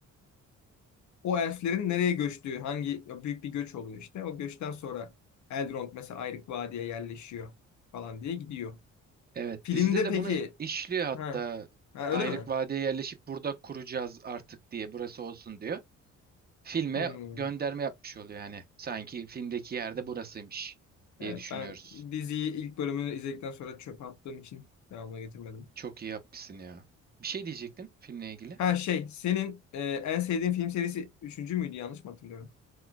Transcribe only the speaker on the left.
o elflerin nereye göçtüğü, hangi büyük bir göç oluyor işte. O göçten sonra Elrond mesela Ayrık Vadi'ye yerleşiyor falan diye gidiyor.
Filmde
peki
ha, ha
öyle mi?
Hmm.
Evet
ben diziyi ilk bölümünü izledikten sonra çöpe attığım için devamına getirmedim.
Ha şey senin e, en sevdiğin film serisi üçüncü müydü yanlış mı hatırlıyorum?